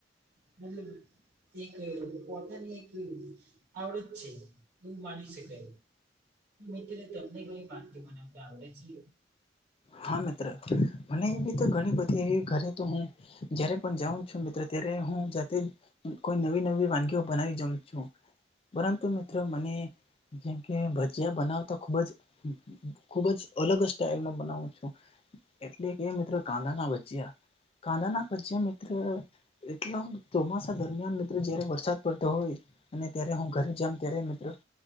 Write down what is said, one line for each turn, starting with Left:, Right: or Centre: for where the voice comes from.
Right: પણ <unintelligible> એક પોતાની એક આવડત છે, એ માની તો મિત્ર, તમને કઈ વાનગી બનાવતા આવડે છે.
Left: હા, મિત્ર મને એવી રીતે ઘણી બધી એવી ઘરે તો હું જયારે પણ જાઉં છું, મિત્રો ત્યારે હું જાતે જ કોઈ નવી-નવી વાનગીઓ બનાવી જોમ છું, પરંતુ મિત્રો મને જેમ કે, ભજીયા બનાવતા, ખુબ જ, ખુબ જ અલગ સ્ટાઈલમાં. બનાવું છું, એટલે કે મિત્રો કાંદા ના ભજીયા. કાંદના ભજ્યા મિત્ર. એટલા ચોમાસા દરમિયાન મિત્રો, જ્યારે વરસાદ પડતો હોય.. અને ત્યારે હું ઘરે જ હોઉં, ત્યારે મિત્રો....